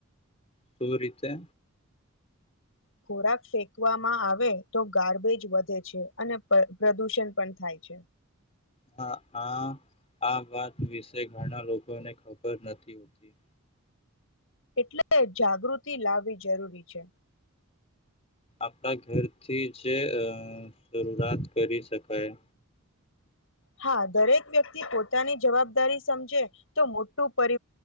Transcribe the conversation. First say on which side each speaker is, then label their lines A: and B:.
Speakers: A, on the left; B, on the left.
A: શું રીતે
B: ખોરાક ફેંકવામાં આવે તો ગાર્બેજ વધે છે અને પ્રદૂષણ પણ થાય છે
A: હા આ આ વાત વિશે ઘણા લોકોને ખબર નથી હોતી
B: એટલે જાગૃતિ લાવવી જરૂરી છે
A: આપણા ઘરથી જે શરૂઆત કરી શકાય
B: હા દરેક વ્યક્તિ પોતાની જવાબદારી સમજે તો મોટું પર